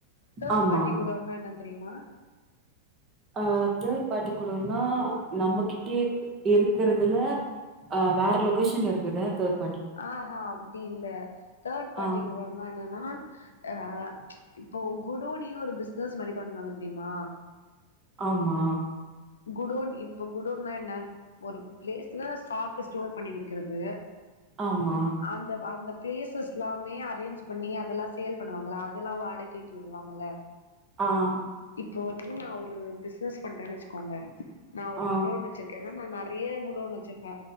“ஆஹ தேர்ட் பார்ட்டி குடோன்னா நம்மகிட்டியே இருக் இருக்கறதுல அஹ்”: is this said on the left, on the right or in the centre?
Right